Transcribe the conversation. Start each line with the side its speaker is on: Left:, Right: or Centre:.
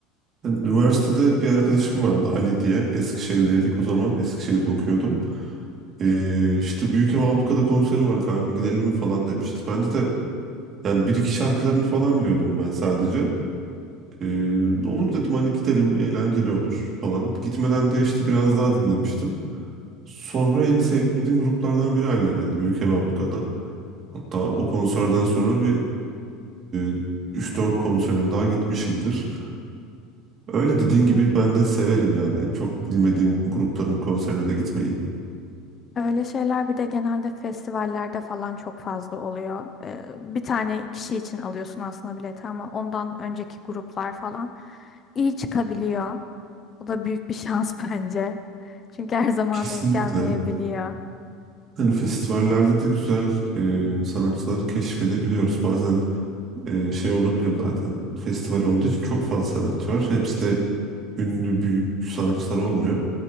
Right: Ben üniversitede bir arkadaşım vardı Ali diye. Eskişehir'deydik o zaman. Eskişehir'de okuyordum. Ee, işte Büyükev Abluka'da konseri var kanka gidelim mi falan demişti. Bende de Yani bir iki şarkılarını falan biliyordum ben sadece. Ee, olur dedim hani gidelim eğlenceli olur falan. Gitmeden de işte biraz daha dinlemiştim. Sonra en sevdiğim gruplardan biri haline geldi Büyük Ev Abluka'da. Hatta o konserden sonra bir e, 3-4 konserine daha gitmişimdir. Öyle dediğin gibi ben de severim yani. Çok bilmediğim grupların konserine de gitmeyi.
Left: Öyle şeyler bir de genelde festivallerde falan çok fazla oluyor. Ee, bir tane kişi için alıyorsun aslında bileti ama ondan önceki gruplar falan iyi çıkabiliyor. O da büyük bir şans <laughs> bence. Çünkü her zaman
Right: Kesinlikle.
Left: denk gelmeyebiliyor.
Right: Hani festivallerde de güzel e, sanatçıları keşfedebiliyoruz. Bazen e, şey olabiliyor zaten festival olduğu için çok fazla sanatçı var. Hepsi de ünlü büyük sanatçılar olmuyor.